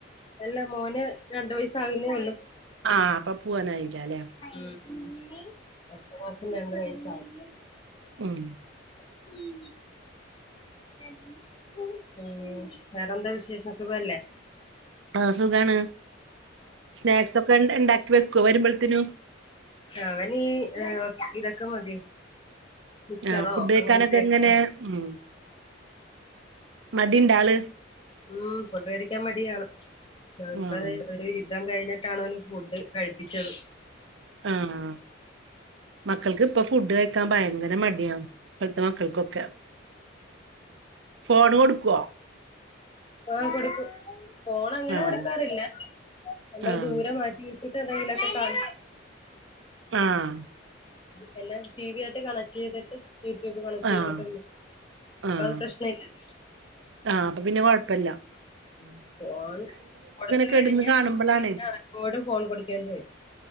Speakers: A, on the left; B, on the right.
A: അല്ല മോന് രണ്ട് വയസ്സാകുന്നേ ഒള്ളു.
B: ആ അപ്പൊ പോവ്വാനായില്ല ലെ.
A: ഉം അട്ത്ത മാസം രണ്ട് വയസാകും.
B: ഉം
A: <inaudible> വേറെന്താ വിശേഷം സുഖല്ലേ?
B: ആഹ്‌ സുഖാണ്, സ്നാക്സ ഒക്കെ ണ്ടാക്കി വെകോ വരുമ്പോഴ്ത്തിനും?
A: അവനീഈ ഇതൊക്കെ മതി. മിച്ചറോ
B: ആഹ ഫുഡ് വെക്കാനൊക്കെ
A: അങ്ങനത്തെയൊക്കെ
B: എങ്ങനെ ഉ മടിണ്ടാള്?
A: ഉം ഫുഡ് കടിക്കാൻ മടിയാണ് നക്കത്
B: ആഹ്
A: ഒരു യുദ്ധം കഴിഞ്ഞി ഫുഡ് കഴിപ്പിച്ചത്.
B: ആഹ. മക്കൾക്ക് ഇപ്പൊ ഫുഡ് കഴക്കാൻ ഭയങ്കര മടിയാണ് ഇപ്പൾത്തെ മക്കൾക്കൊക്കെ. ഫോൺ കൊടുക്കുവോ?
A: ആ കൊടുക്കും ഫോൺങ്ങനെ
B: ആഹ്
A: കൊടുക്കാറില്ല നമ്മള്
B: ആഹ്
A: ദൂരെ മാറ്റി ട്ടിട്ടെന്തെങ്കിലും ഒക്കെ കാണി
B: ആഹ.
A: പിന്നെ ടി വി യിലോട്ട് കണക്ട് ചെയ്തിട്ട്. യൂട്യൂബ് കണക്ട്
B: ആഹ്
A: ചെയ്തിട്ട അപ്പൊ
B: ആഹ്
A: അത് പ്രശ്ന ഇല്ലല്ല.
B: ആഹ് അപ്പൊ പിന്നെ കുഴപ്പല്ല.
A: ഉ ഫോൺ കൊടുത്ത
B: കെടന്ന്
A: കഴിഞ്ഞാ
B: കാണുമ്പളാണ്
A: നമുക്ക് പിന്നെ അപ്പോഴും ഫോൺ കൊടുക്കേണ്ടി വരും.